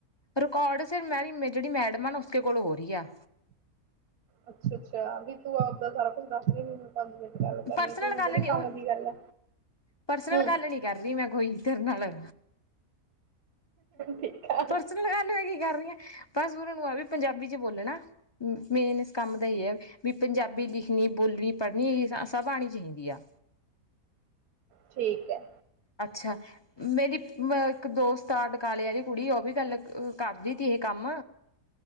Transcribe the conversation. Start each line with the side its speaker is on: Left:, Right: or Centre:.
Left: ਰਿਕਾਰਡ ਸਿਰ ਮੈਂ ਜਿਹੜੀ ਮੈਡਮ ਆ ਉਸੇ ਕੋਲ ਹੋ ਰਹੀ ਆ
Right: ਅੱਛਾ ਅੱਛਾ ਵੀ ਤੂੰ ਆਪਦਾ ਸਾਰਾ ਕੁਛ ਦੱਸ ਕੇ ਵੀ ਦੀ ਦੀ ਗੱਲ ਕਰਨੀ
Left: ਪਰਸਨਲ
Right: ਆ ਤੂੰ ਵੀ
Left: ਗੱਲ
Right: ਜਿਹੜੀ
Left: ਨੀ
Right: ਕੰਮ
Left: ਉਹ
Right: ਦੀ ਗੱਲ ਆ
Left: ਪਰਸਨਲ
Right: ਹੂੰ
Left: ਗੱਲ ਨੀ ਕਰ ਰਹੀ ਮੈਂ ਕੋਈ ਤੇਰੇ ਨਾਲ
Right: ਠੀਕ ਆ
Left: ਤੁਰਚ ਨੂੰ ਲਗਾ ਨੂੰ ਮੈਂ ਕੀ ਕਰਨੀ ਆ ਬਸ ਉਹਨਾਂ ਨੂੰ ਆ ਵੀ ਪੰਜਾਬੀ ਚ ਬੋਲਣਾ ਮੇਨ ਇਸ ਕੰਮ ਦਾ ਹੀ ਹੈ ਵੀ ਪੰਜਾਬੀ ਲਿਖਣੀ ਬੋਲਣੀ ਪੜ੍ਹਨੀ ਇ ਸਭ ਆਣੀ ਜਰੂਰੀ ਆ
Right: ਠੀਕ ਹੈ
Left: ਅੱਛਾ ਮੇਰੀ ਅ ਇੱਕ ਦੋਸਤ ਆ ਬਟਾਲੇ ਵਾਲੀ ਕੁੜੀ ਉਹ ਵੀ ਗੱਲ ਕਰਦੀ ਤੀ ਇਹ ਕੰਮ